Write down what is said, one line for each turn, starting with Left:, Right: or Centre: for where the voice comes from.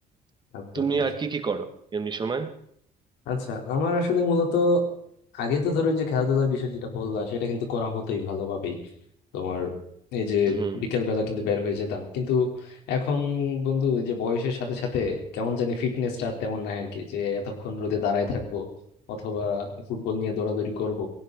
Left: আচ্ছা
Right: তুমি
Left: বুঝ-
Right: আর কি কি করো এমনি সময়
Left: আচ্ছা আমার আসলে মূলত আগে তো ধরো এই যে খেলাধুলার বিষয় যেটা বললা সেটা কিন্তু করা হতোই ভালোভাবেই তোমার এই যে
Right: হুম
Left: বিকেল বেলা কিন্তু বের হয়ে যেতাম কিন্তু এখন বন্ধু এই যে বয়সের সাথে সাথে কেমন জানি ফিটনেসটা তেমন নাই আর কি যে এতক্ষণ রোদে দাঁড়ায় থাকবো অথবা ফুটবল নিয়ে দৌড়াদৌড়ি করব